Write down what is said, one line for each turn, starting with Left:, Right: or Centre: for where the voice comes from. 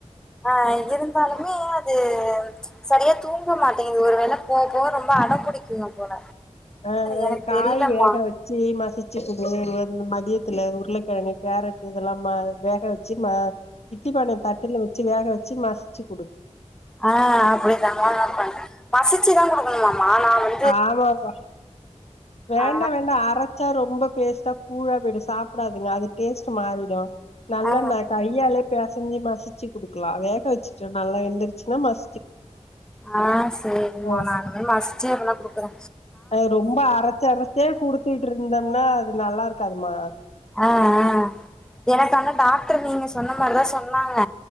Centre: ஆ இருந்தாலு இன்னு ஏ அது சரியா தூங்குவே மாட்டேங்குது ஒரு வேள போவ போவ ரொம்ப அடம் புடிக்குங்க போல
Left: ஆ
Centre: எனக்கு
Left: ஆ காய்
Centre: தெரியலமா
Left: வேக வெச் சி மசிச்சி குடு வந் மதியத்துல உருளக்கெழங்கு கேரட் இதெல்லா ம வேக வெச்சு ம இட்லி பான தட்டுல வெச்சி வேக வெச்சு மசிச்சு குடு
Centre: ஆ அப்பிடிதாம்மா நா பண்றே மசிச்சுதா குடுக்கணுமாம்மா நா வந்
Left: ஆமாப்பா வேண்டா
Centre: ஆ
Left: வேண்டா அர ச்சா ரொம்ப பேஸ்ட்டா கூழா போய்டு சாப்புடாதுங்க அது டேஸ்ட் மாறிடு நல்லா
Centre: ஆ ஆ
Left: கையாலயே பெசஞ்சு மசிச்சு குடுக்கலா வேக வெச்சுட்ட நல்லா வெந்துருச்சுன்னா மச
Centre: ஆ சேரிம்மா
Left: ஆ
Centre: நா இனிமே மசிச்சே அப்டின்னா குடுக்கறே
Left: அது ரொம்ப அரச்சு அரச்சே குடுத்துட்டு இருந்தோம்னா அது நல்லா இருக்காதும்மா
Centre: ஆ ஆ எனக்கு அங்க டாக்டர் நீங்க சொன்ன மாறிதா சொன்னாங்க